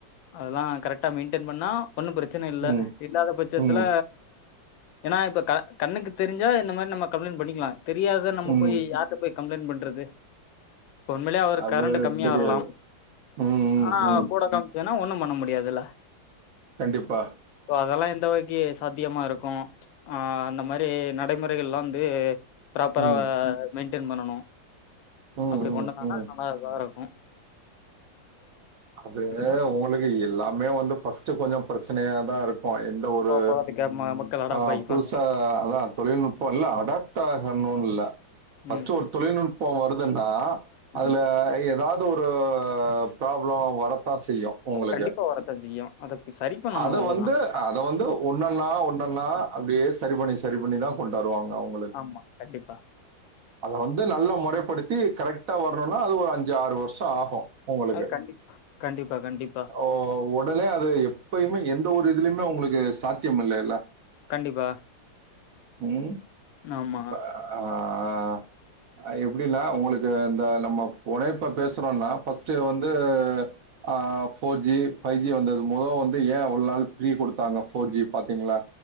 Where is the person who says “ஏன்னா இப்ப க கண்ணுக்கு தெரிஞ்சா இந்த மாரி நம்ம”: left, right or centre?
Left